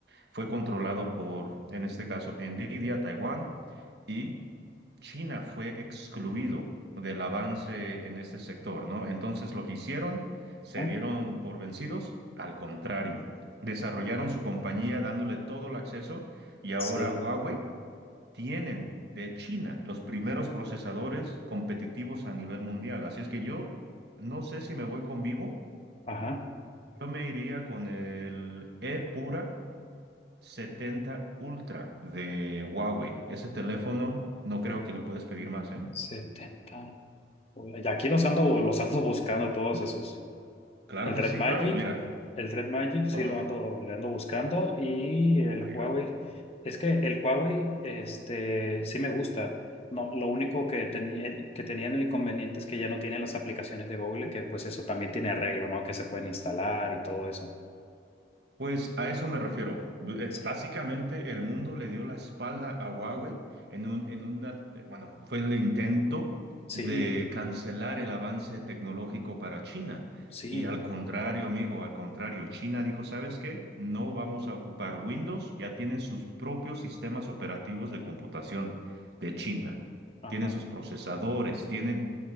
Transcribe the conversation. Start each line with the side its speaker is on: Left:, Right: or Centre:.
Right: fue controlado por, en este caso, Nvidia, Taiwán, y China fue excluido del avance en este sector, ¿no? Entonces lo que hicieron, se
Left: Ah,
Right: dieron por vencidos, al contrario, desarrollaron su compañía dándole todo el acceso y ahora
Left: Sí.
Right: Huawei tienen de China los primeros procesadores competitivos a nivel mundial. Así es que yo no sé si me voy con Vivo,
Left: Ajá,
Right: yo me iría con el E-Pura 70 Ultra de Huawei. Ese teléfono no creo que le puedes pedir más, ¿eh?
Left: setenta Y aquí los ando, los ando buscando todos esos.
Right: Claro
Left: El
Right: que
Left: Red
Right: sí,
Left: Magic,
Right: claro, mira.
Left: el Red Magic sí
Right: Oh,
Left: lo ando, le ando buscando y el
Right: oh my
Left: Huawei.
Right: God.
Left: Es que el Huawei, este, sí me gusta. No, lo único que, tenía que tenían el inconveniente es que ya no tienen las aplicaciones de Google, que pues eso también tiene arreglo, ¿no? Que se pueden instalar y todo eso.
Right: Pues a eso me refiero. B- eh,
Left: Sí,
Right: Básicamente el mundo le dio la espalda a Huawei en un, en una, eh, bueno, fue el intento
Left: sí,
Right: de cancelar el avance tecnológico para China.
Left: sí,
Right: Y al contrario, amigo, al contrario, China dijo, ¿sabes qué? No vamos a ocupar Windows, ya tienen sus propios sistemas operativos de computación de China.
Left: ajá,
Right: Tienen sus procesadores, tienen